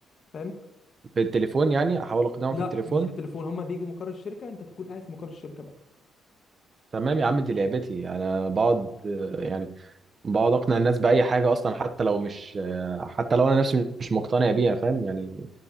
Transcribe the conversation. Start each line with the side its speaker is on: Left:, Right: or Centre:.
Left: فاهم
Right: بالتليفون يعني احاول اقنعهم
Left: لا
Right: في التليفون
Left: مش بالتليفون هما بيجوا مقر الشركه انت تكون قاعد في مقر الشركه بقى
Right: تمام يا عم دي لعبتي انا بقعد آه، يعني بقعد اقنع الناس باي حاجه اصلا حتى لو مش حتى لو انا نفسي مش مقتنع بيها فاهم يعني